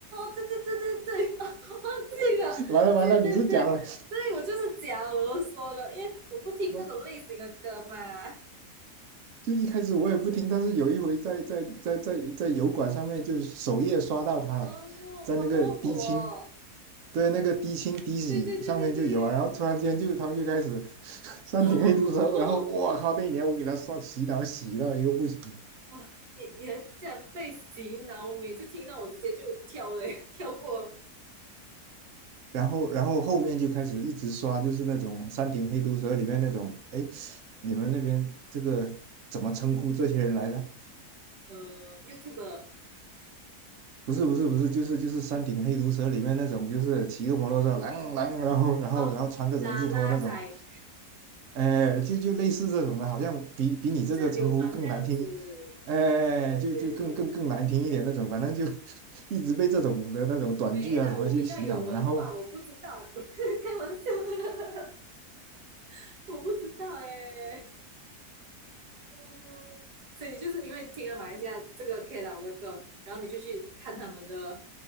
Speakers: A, on the right (about 80°); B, on the right (about 60°).
A: 对对对对对，<laughs> 哦，忘记了，
B: <laughs> 完了完了，
A: 对对对对，
B: 你是假的。
A: 我就是讲，我都说了，因为我不听这种类型的歌嘛。
B: 哦就一开始我也不听，但是有一回在在在在在油管上面，就是首页刷到他了，
A: 哦，
B: 在那个低清，
A: 哇，那么火哦，
B: 对，那个低清低洗上面就有啊，
A: 对对对对对，
B: 然后突然间就他们就开始 <laughs> 山顶黑毒蛇，
A: 哦，
B: 然后我靠，那一年我给他刷洗脑洗到一个不行。
A: 哇，你你还竟然被洗脑，我每次听到我直接就跳嘞，跳过
B: 然后然后后面就开始一直刷，就是那种《山顶黑毒蛇》里面那种，哎，你们那边这个怎么称呼这些人来着？
A: 呃 YouTube
B: 不是不是不是，就是就是《山顶黑毒蛇》里面那种，就是骑个摩托车，啷啷，然后然后然后穿个人字拖那种，
A: 哦，啦啦仔，
B: 哎，就就类似这种的，好像比比你这个称呼更难听，
A: 好像流氓这样子，
B: 哎，
A: 对对对，
B: 就就更更更难听一点那种，反正就 <laughs> 一直被这种的那种短剧啊什么去洗脑，
A: 没啦，我比较有文化，
B: 然后
A: 我不知道啦，<laughs> 开玩笑。<laughs> 我不知道哎、欸哦，所以你就是因为听了马来西亚这个 K 老的歌，然后你就去看他们的